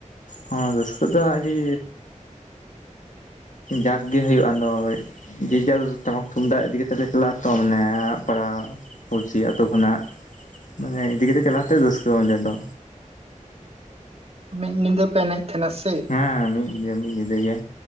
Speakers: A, on the left; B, on the right.
A: ᱦᱚᱸ ᱨᱟᱹᱥᱠᱟᱹ ᱫᱚ ᱟᱹᱰᱤ ᱡᱟᱠ ᱜᱮ ᱦᱩᱭᱩᱜᱼᱟ ᱟᱫᱚ ᱡᱮ ᱡᱷᱟᱨ ᱴᱟᱢᱟᱠ ᱛᱩᱢᱫᱟᱜ ᱤᱫᱤ ᱠᱟᱛᱮᱜ ᱞᱮ ᱪᱟᱞᱟᱜᱼᱟ ᱛᱚ ᱢᱟᱱᱮ ᱯᱟᱲᱟᱣ ᱯᱩᱞᱥᱤ ᱟᱛᱳ ᱠᱷᱚᱱᱟᱜ ᱢᱟᱱᱮ ᱤᱫᱤ ᱠᱟᱛᱮᱜ ᱪᱟᱞᱟᱣ ᱠᱟᱛᱮ ᱨᱟᱹᱥᱠᱟᱹ ᱚᱸᱰᱮ ᱫᱚ
B: ᱢᱤᱫ ᱧᱤᱫᱟᱹ ᱯᱮ ᱮᱱᱮᱡ ᱛᱟᱦᱮᱱᱟ ᱥᱮ
A: ᱦᱮᱸ ᱢᱤᱫ ᱧᱤᱫᱟᱹ ᱢᱤᱫ ᱧᱤᱫᱟᱹ ᱜᱮ